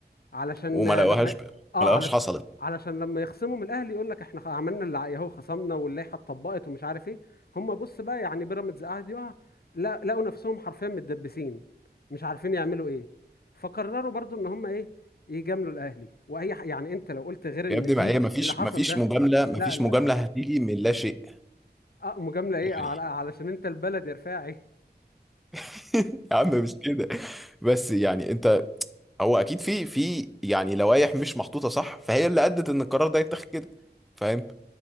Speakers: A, on the left; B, in the centre.
A: علشان
B: وما لقوهاش
A: لما
B: ب...
A: اه
B: ما لقوهاش
A: علشان
B: حصلت
A: علشان لما يخصموا من الاهلي يقول لك احنا عملنا اللي عليه، اهو خصمنا واللائحه اتطبقت ومش عارف ايه هم بص بقى يعني بيراميدز قعد يقع لا لقوا نفسهم حرفيا متدبسين مش عارفين يعملوا ايه فقرروا برضو ان هم ايه يجاملوا الاهلي واي ح... يعني انت لو قلت غير ان
B: يا ابني
A: دي
B: ما هي ما فيش
A: اللي حصل
B: ما فيش
A: ده
B: مجاملة ما
A: لا
B: فيش
A: لا
B: مجاملة
A: لا
B: هتيجي من لا شيء
A: اه مجامله ايه
B: يعني
A: على... علشان انت البلد يا رفاعي
B: <laughs> يا عم مش كده بس يعني أنت هو أكيد في في يعني لوائح مش محطوطة صح فهي اللي أدت إن القرار ده يتاخد كده فاهم